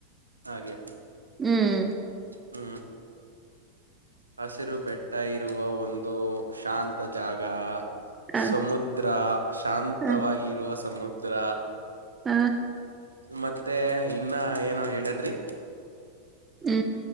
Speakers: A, on the right; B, on the right.
A: ಹಾಗೆ
B: ಹ್ಮ್
A: ಹೂ ಹಸಿರು ಬೆಟ್ಟ ಇರುವ ಒಂದು ಶಾಂತ ಜಾಗ
B: ಹ
A: ಸಮುದ್ರ ಶಾಂತವಾಗಿ
B: ಹ
A: ಇರುವ ಸಮುದ್ರ
B: ಹ
A: ಮತ್ತೆ ಇನ್ನ ಏನ ಹೇಳದ್ರಿ
B: ಹೂ